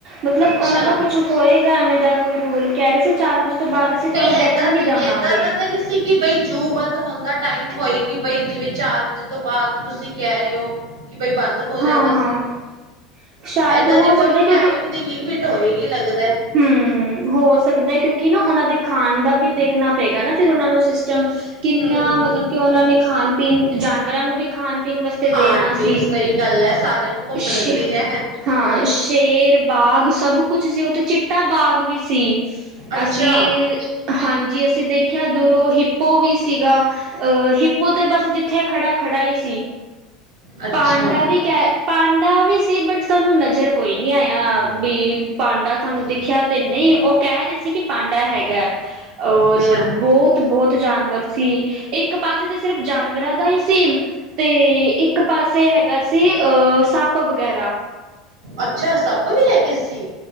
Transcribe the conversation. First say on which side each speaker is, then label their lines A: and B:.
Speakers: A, on the right; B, on the right.
A: ਮਤਲਬ
B: ਅੱਛਾ।
A: ਉਹਨਾਂ ਦਾ ਕੁਛ ਹੋਏਗਾ ਐਵੇਂ ਦਾ ਕੋਈ ਰੂਲ ਕੈ ਰੇ ਸੀ ਚਾਰ ਵਜੇ ਤੋਂ ਬਾਅਦ ਅਸੀਂ ਤੁਹਾਨੂੰ
B: ਤੇ
A: ਦੇਖਣ
B: ਏਦਾਂ
A: ਨੀ
B: ਦਾ
A: ਦੇਵਾਂਗੇ
B: ਏਦਾਂ ਦਾ ਤਾਂ ਨਹੀਂ ਸੀ ਕਿ ਬਈ ਜੂ ਬੰਦ ਹੋਣ ਦਾ ਟਾਈਮ ਹੋਏ ਕਿ ਬਾਈ ਜਿਵੇਂ ਚਾਰ ਵਜੇ ਤੋਂ ਬਾਅਦ ਤੁਸੀਂ ਕਹਿ ਰਹੇ ਹੋ ਕਿ ਬਈ ਬੰਦ ਹੋ ਜਾਣਾ
A: ਹਾਂ
B: ਸੀ
A: ਸ਼ਾਇਦ
B: ਏਦਾਂ
A: ਹੋ
B: ਦੀ ਕੋਈ
A: ਸਕਦਾ ਕਿਉਂਕਿ
B: ਟਾਈਮ ਦੀ ਲਿਮਿਟ ਹੋਏਗੀ ਲੱਗਦਾ ਹੈ।
A: ਹੂੰ ਹੋ ਸਕਦਾ ਕਿਉਂਕਿ ਨਾ ਉਹਨਾਂ ਦੇ ਖਾਣ ਦਾ ਵੀ ਦੇਖਣਾ ਪਏਗਾ ਫ਼ਿਰ ਉਹਨਾਂ ਨੂੰ ਸਿ ਸਟਮ ਚ ਕਿੰਨਾ
B: ਹਮ
A: ਮਤਲਬ ਕਿ ਉਹਨਾਂ ਨੇ ਖਾਣ ਪੀਣ ਜਾਨਵਰਾਂ ਨੂੰ ਵੀ ਖਾਣ ਪੀਣ ਵਾਸਤੇ
B: ਖਾਣ
A: ਦੇਣਾ
B: ਪੀਣ
A: ਸੀ
B: ਸਹੀ ਗੱਲ ਹੈ ਸਾਰਿਆਂ ਨੂੰ ਭੁੱਖ
A: ਸ਼ੇ
B: ਲੱਗਦੀ ਹੈ
A: ਹਾਂ ਸ਼ੇਰ ਬਾਗ ਸਭ ਕੁਛ ਸੀ ਉ ਚਿੱਟਾ ਬਾਗ ਵੀ ਸੀ
B: ਅੱਛਾ
A: ਅਸੀਂ ਹਾਂਜੀ ਅਸੀਂ ਦੇਖਿਆ ਦੂਰੋਂ ਹਿੱਪੋ ਵੀ ਸੀਗਾ ਅਹ ਹਿੱਪੋ ਤੇ ਬਸ ਜ ਉੱਥੇ ਖੜ੍ਹਾ ਖੜਾ ਹੀ ਸੀ
B: ਅੱਛਾ
A: ਪਾਂਡਾ ਵੀ ਕਹਿ ਪਾਂ ਡਾ ਵੀ ਸੀ ਬਟ ਸਾਨੂੰ ਨਜ਼ਰ ਕੋਈ ਨੀ ਆਇਆ ਵੀ ਪਾਂਡਾ ਸਾਨੂੰ ਦੇਖਿਆ ਤੇ ਨਹੀਂ ਉਹ ਕਹਿ ਰਹੇ ਸੀ ਕਿ ਪਾਂਡਾ ਹੈਗਾ ਔਰ
B: ਅੱਛਾ
A: ਬਹੁਤ ਬਹੁਤ ਜਾਨਵਰ ਸੀ ਇੱਕ ਪਾਸੇ ਤਾਂ ਸਿਰਫ ਜਾਨਵਰਾਂ ਦਾ ਹੀ ਸੀ ਤੇ ਇੱਕ ਪਾਸੇ ਹੈਗਾ ਸੀ ਅਹ ਸੱਪ ਵਗੈਰਾ
B: ਅੱਛਾ ਸੱਪ ਵੀ ਹੈਗੇ ਸੀ